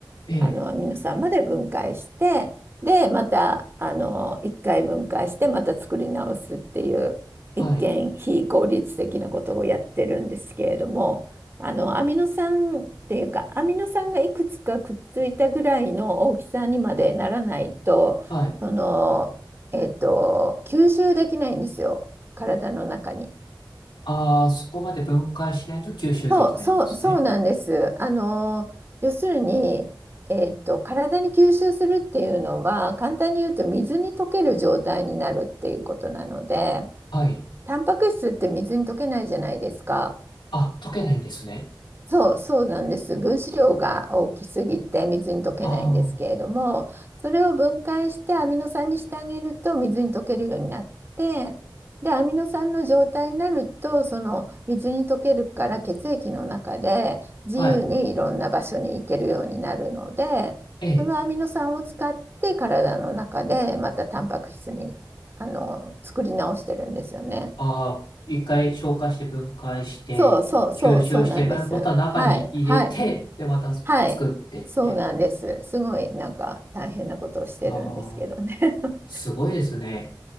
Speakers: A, on the left; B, on the right.
A: ええ、
B: あのアミノ酸まで分解して、で、またあの1回分解して、また作り直すっていう、
A: はい、
B: 一見非効率的なことをやってるんですけれども、あのアミノ酸っていうか、アミノ酸がいくつかくっついたぐらいの大きさにまでならないと、
A: はい。
B: その、えっと、吸収できないんですよ、体の中に。
A: ああ、そこまで分解しないと吸収できないんですね。
B: そう、そう、そうなんです。あの、要するに、えっと、体に吸収するっていうのは、簡単に言うと水に溶ける状態になるっていうことなので、
A: はい
B: タンパク質って水に溶けないじゃないですか。
A: あ、溶けないんですね。
B: そう、そうなんです。分子量が大きすぎて水に溶けないんですけれども、
A: あ
B: それを分解してアミノ酸にしてあげると水に溶けるようになって、で、アミノ酸の状態になると、その水に溶けるから血液の中で自由にいろんな場所に行けるようになるので、
A: あ、はい。ええ。
B: そのアミノ酸を使って体の中でまたタンパク質に、あの、作り直してるんですよね。
A: ああ、一回消化して分解して、
B: そうそうそうそうなんです。
A: 吸収して、ままた中に入れて、
B: はい、はい。
A: で、また作ってって。
B: はい、そうなんです。すごいなんか大変なことをしてるんですけどね。
A: ああ、
B: <laughs>
A: すごいですね。